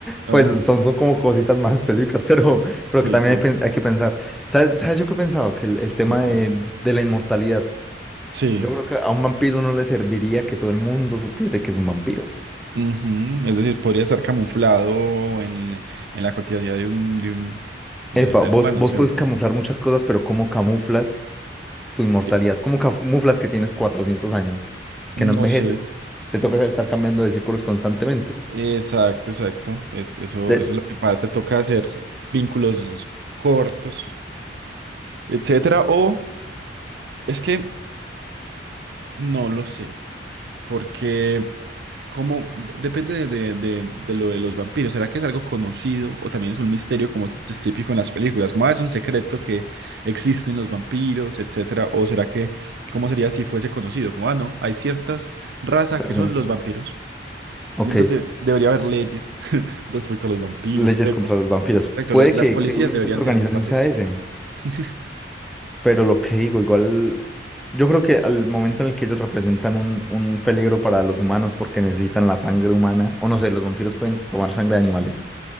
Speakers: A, on the right; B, in the centre.
A: Ajá,
B: Pues son, son como cositas más específicas, pero, pero
A: sí,
B: que también
A: sí,
B: hay, pen- hay que pensar. ¿Sabes, sabes yo qué he pensado? Que el, el tema
A: contame.
B: de, de la inmortalidad.
A: Sí,
B: Yo creo que a un vampiro no le serviría que todo el mundo supiese que es un vampiro.
A: ujú, Es decir, podría estar camuflado en, en la cotidianidad de un, de un, de-
B: Epa,
A: del
B: vos,
A: humano,
B: vos
A: ¿cierto?
B: puedes camuflar muchas cosas, pero ¿cómo camuflas
A: Sí,
B: tu inmortalidad?
A: que-
B: ¿Cómo camuflas que tienes 400 años?
A: no
B: Que no envejeces.
A: sé,
B: Te toca
A: no sé.
B: estar cambiando de círculos constantemente.
A: Exacto, exacto. Es, eso,
B: De
A: eso es lo que pasa, toca hacer vínculos cortos, etcétera, o es que no lo sé, porque. Como depende de, de, de lo de los vampiros, ¿será que es algo conocido o también es un misterio como es típico en las películas? Como "Ah, es un secreto que existen los vampiros, etcétera? ¿O será que, cómo sería si fuese conocido? Como, ah, no, hay ciertas razas
B: personas.
A: que son los vampiros.
B: Ok,
A: Yo entiendo que debería haber leyes <laughs> respecto a los vampiros,
B: leyes
A: por ejemplo.
B: contra los vampiros.
A: Exacto,
B: Puede
A: lo- las
B: que,
A: policías
B: que un intento
A: deberían
B: de
A: ser
B: organización
A: vampiros.
B: sea ese,
A: <laughs>
B: pero lo que digo, igual. Yo creo que al momento en el que ellos representan un, un peligro para los humanos porque necesitan la sangre humana, o no sé, los vampiros pueden tomar sangre de animales.